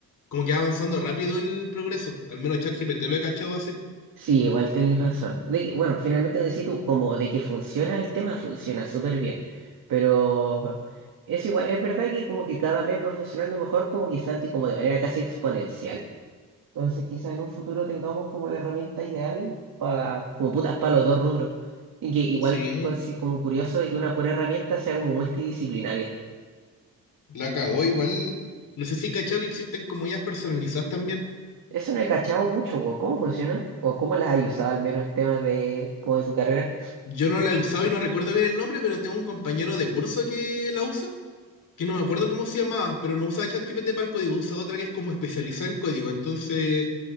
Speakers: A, on the left; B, on the right.
A: como que va avanzando rápido el progreso, al menos ChatGPT lo he cachado así.
B: Sí, igual tenés razón. De que, bueno, finalmente como decís tú, como de que funciona el tema, funciona súper bien. Pero es igual, es verdad que como que cada vez va funcionando mejor, como quizás de- como de manera casi exponencial. Entonces, quizás en un futuro tengamos como la herramienta ideal para, como putas, para los dos rubros. Y que igual,
A: Sí,
B: consi- como curioso, de que una pura herramienta sea como multidisciplinaria.
A: la cagó igual. No sé si he cachado que existen comunidades personalizadas también.
B: Eso no he cachado mucho, weón. ¿Cómo funcionan? ¿O cómo las has usado al menos en temas de, como de tu carrera?
A: Yo no la he usado y no recuerdo bien el nombre, pero tengo un compañero de curso que la usa, que no me acuerdo cómo se llamaba, pero no usa ChatGPT para el código, usa otra que es como especializada en código, entonces...